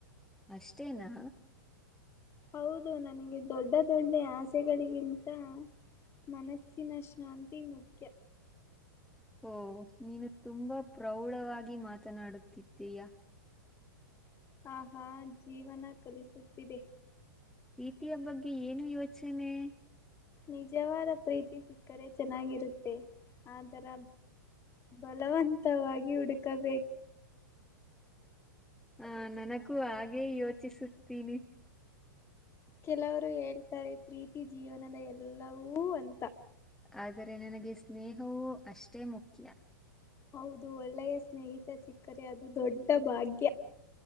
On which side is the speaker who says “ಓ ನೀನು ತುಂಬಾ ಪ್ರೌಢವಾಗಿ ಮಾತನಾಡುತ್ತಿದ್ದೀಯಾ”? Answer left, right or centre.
Centre